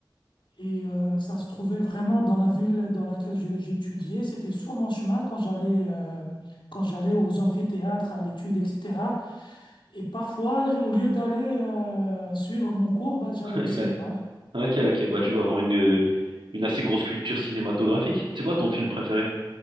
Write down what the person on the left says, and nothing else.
Et euh, ça se trouvait vraiment dans la ville dans laquelle je- j'étudiais. C'était sur mon chemin quand j'allais euh, quand j'allais aux amphithéâtres, à l'étude, etc. Et parfois, j- au lieu d'aller euh, suivre mon cours, bah, j'allais
au cinéma.